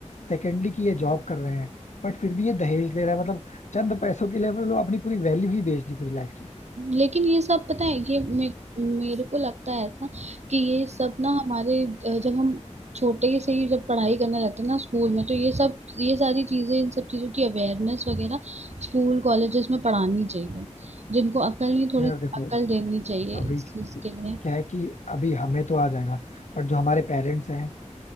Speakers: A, on the left; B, on the right.
A: सेकेंडली कि ये जॉब कर रहे हैं बट फिर भी ये दहेज ले रहा है मतलब चंद पैसों के लिए मतलब अपनी पूरी वैल्यू ही बेच दी पूरी लाइफ की
B: लेकिन ये सब पता है ये मे, मेरे को लगता है ऐसा कि ये सब ना हमारे अ, जब हम छोटे से ही जब पढ़ाई करने लगते हैं ना स्कूल में तो ये सब ये सारी चीजें इन सब चीजों की अवेयरनेस वगैरह स्कूल कॉलेजेस में पढ़ानी चाहिए जिनको अकल नहीं थोड़ी
A: यार देखो
B: अकल देनी चाहिए
A: अभी
B: इस चीज के लिए
A: क्या है कि अभी हमें तो आ जाएगा बट जो हमारे पेरेंट्स हैं